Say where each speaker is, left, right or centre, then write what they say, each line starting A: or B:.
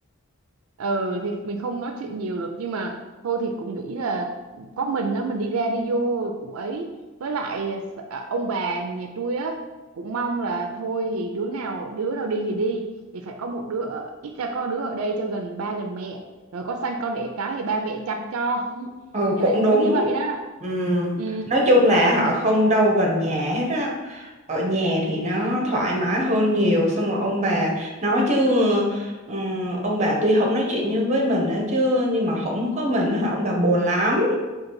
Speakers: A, on the right (about 85°); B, on the right (about 35°).
A: ừ thì mình không nói chuyện nhiều được nhưng mà thôi thì cũng nghĩ là có mình á mình đi ra đi vô cũng ấy với lại à, s- à, ông bà nhà tôi á cũng mong là thôi thì đứa nào đứa nào đi thì đi thì phải có một đứa ở, ít ra có đứa ở đây cho gần ba gần mẹ rồi có sanh con đẻ cái thì ba mẹ chăm cho <laughs>
B: ừ
A: thì
B: cũng
A: lại muốn
B: đúng
A: như vậy đó
B: ừ.
A: ừ
B: nói chung là họ không đâu gần nhà hết á ở nhà thì nó
A: ừ
B: thoải mái hơn nhiều xong rồi ông bà nói chứ ừ, ông bà tuy không nói chuyện như với mình á chứ nhưng mà không có mình á hả ông bà buồn lắm